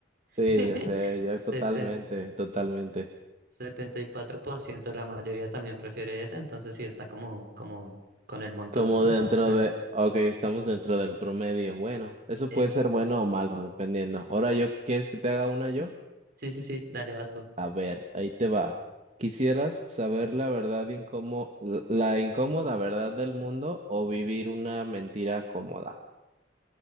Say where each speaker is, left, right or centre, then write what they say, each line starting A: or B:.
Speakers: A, on the right (about 35°); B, on the right (about 60°).
A: sí,
B: <laughs>
A: yo sé, yo
B: Seten-
A: totalmente, totalmente.
B: 74%, la mayoría también prefiere esa, entonces sí, está como, como con el montón,
A: Como
B: ¿no?
A: dentro
B: Estamos con el...
A: de, ok, estamos dentro del promedio. Bueno, eso
B: Epa.
A: puede ser bueno o malo, dependiendo. Ahora yo, ¿quieres que te haga una yo?
B: Sí, sí, sí, dale, vas tú.
A: A ver, ahí te va. ¿Quisieras saber la verdad incómo, la incómoda verdad del mundo o vivir una mentira cómoda?